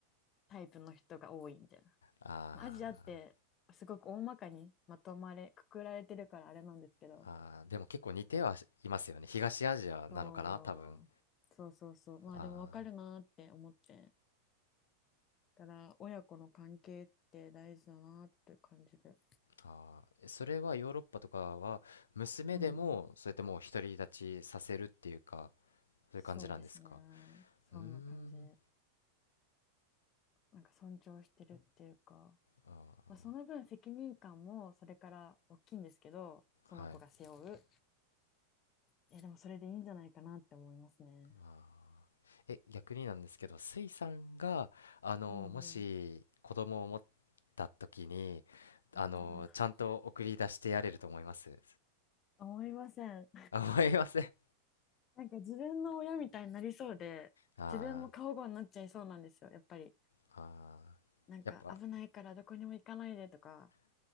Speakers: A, on the left (about 30°); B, on the left (about 70°).
A: タイプの人が多いみたいな。
B: あ
A: まあアジアってすごく大まかにまとまれ、くくられてるからあれなんですけど、
B: ー、あー、でも結構似てはいますよね。東アジアなのかな、
A: そうそうそうそう、
B: 多分。
A: まあでも分かるなーって思って、
B: あ
A: だから親子の関係って大事だなーって感じで、
B: ーあー、それはヨーロッパとかは、娘でも、
A: うん、
B: そうやってもう独り立ちさせるっていうか、そういう感じなんですか
A: そうですね、そんな感じ。
B: うーん
A: なんか尊重してるっていうか、
B: あ
A: まあ、その分責任感もそれから大きいんですけど、その子が背負う。
B: ーはい
A: いや、でもそれでいいんじゃないかなって思いますね。
B: あーえ逆になんですけどスイさんがあのもし子供を持っ
A: うんうん。
B: た時にあのちゃんと送り出してやれると思います
A: うわぁ、思いません。
B: <laughs> あ思いません
A: なんか自分の親みたいになりそうで、
B: あ
A: 自分も過保護になっちゃいそうなんですよ、やっぱり。
B: ーあーやっぱ
A: なんか危ないからどこにも行かないでとか、